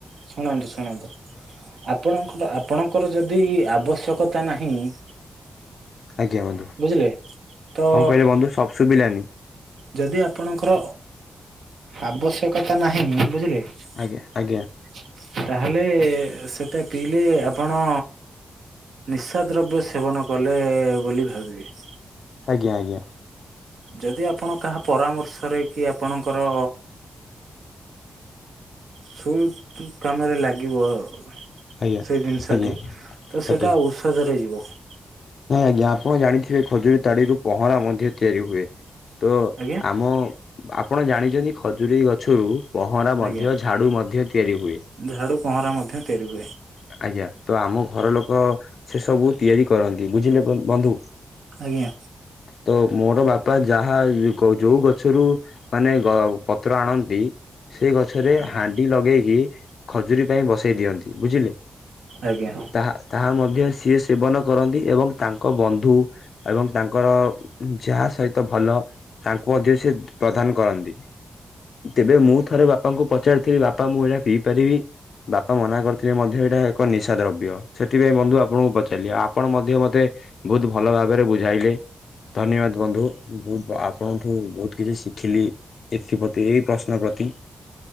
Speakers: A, on the right; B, on the left.
A: ଶୁଣନ୍ତୁ ଶୁଣନ୍ତୁ ଆପଣଙ୍କ ଆପଣଙ୍କର ଯଦି ଆବଶ୍ୟକତା ନାହିଁ ।
B: ଆଜ୍ଞା ବନ୍ଧୁ
A: ବୁଝିଲେ ତ
B: କଣ କହିଲେ ବନ୍ଧୁ ସବ ଶୁଭିଲାନି
A: ଯଦି ଆପଣଙ୍କର ଆବଶ୍ୟକତା ନାହିଁ ବୁଝିଲେ ।
B: ଆଜ୍ଞା ଆଜ୍ଞା।
A: ତାହେଲେ ସେଟା ପିଇଲେ ଆପଣ ନିଶା ଦ୍ରବ୍ୟ ସେବନ କଲେ ବୋଲି ଭାବିବେ ।
B: ଆଜ୍ଞା ଆଜ୍ଞା।
A: ଯଦି ଆପଣ କାହା ପରାମର୍ଶରେ କି ଆପଣଙ୍କର ସୁଟ କାମରେ ଲାଗିବ ।
B: ଆଜ୍ଞା
A: ସେଇ ଜିନିଷଟି
B: ଆଜ୍ଞା
A: ତ
B: ଆଜ୍ଞା
A: ସେଇଟା ଔଷଧରେ ଯିବ ।
B: ନାଇଁ ଆଜ୍ଞା ଆପଣ ଜାଣିଥିବେ ଖଜୁରୀ ତାଡିରୁ ପହଁରା ମଧ୍ୟ ତିଆରି ହୁଏ । ତ
A: ଆଜ୍ଞା
B: ଆମ ଆପଣ ଜାଣିଛନ୍ତି ଖଜୁରୀ ଗଛରୁ ପହଁରା ମଧ୍ୟ
A: ଆଜ୍ଞା
B: ଝାଡ଼ୁ ମଧ୍ୟ ତିଆରି ହୁଏ ।
A: ଝାଡୁ ପହଁରା ମଧ୍ୟ ତିଆରି ହୁଏ ।
B: ଆଜ୍ଞା ତ ଆମ ଘର ଲୋକ ସେ ସବୁ ତିଆରି କରନ୍ତି । ବୁଝିଲେ ବନ୍ଧୁ ।
A: ଆଜ୍ଞା
B: ତ ମୋର ବାପା ଯାହା ଯୋଉ ଗଛରୁ ମାନେ ପତ୍ର ଆଣନ୍ତି ସେ ଗଛରେ
A: ଆଜ୍ଞା
B: ହାଣ୍ଡି ଲଗେଇକି ଖଜୁରୀ ପାଇଁ ବସେଇ ଦିଅନ୍ତି । ବୁଝିଲେ
A: ଆଜ୍ଞା
B: ତାହା ତାହା ମଧ୍ୟ ମଧ୍ୟ ସିଏ ସେବନ କରନ୍ତି ଏବଂ ତାଙ୍କ ବନ୍ଧୁ ଏବଂ ତାଙ୍କର ଯାହା ସହିତ ଭଲ ତାଙ୍କୁ ମଧ୍ୟ ସେ ପ୍ରଦାନ କରନ୍ତି । ତେବେ ମୁଁ ଥରେ ବାପାଙ୍କୁ ପଚାରିଥିଲି ବାପା ମୁଁ ଏଇଟା ପିଇ ପାରିବି । ବାପା ମନା କରିଥିଲେ ମଧ୍ୟ ଟା ଏକ ନିଶା ଦ୍ରବ୍ୟ । ସେଥିପାଇଁ ବନ୍ଧୁ ଆପଣଙ୍କୁ ପଚାରିଲେ ଆପଣ ମଧ୍ୟ ମତେ ବହୁତ ଭଲ ଭାବରେ ବୁଝାଇ ଏବେ ଧନ୍ୟବାଦ ବନ୍ଧୁ ମୁଁ ଆପଣଙ୍କଠୁ ବହୁତ କିଛି ଶିଖିଲି । ଏଥିପ୍ରତି ପ୍ରଶ୍ନ ପ୍ରତି